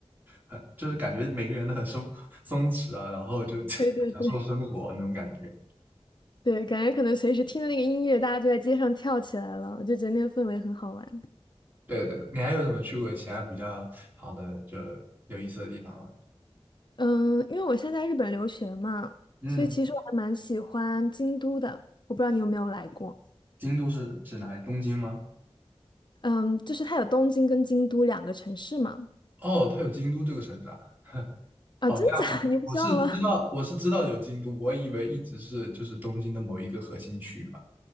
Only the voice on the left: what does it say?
对对对。
对，感觉可能随时听的那个音乐，大家就在街上跳起来了，我就觉得那个氛围很好玩。
嗯，因为我现在在日本留学嘛，
所以其实我还蛮喜欢京都的。我不知道你有没有来过？
嗯，就是它有东京跟京都两个城市嘛。
啊，
真假？<laughs> 你不知道吗？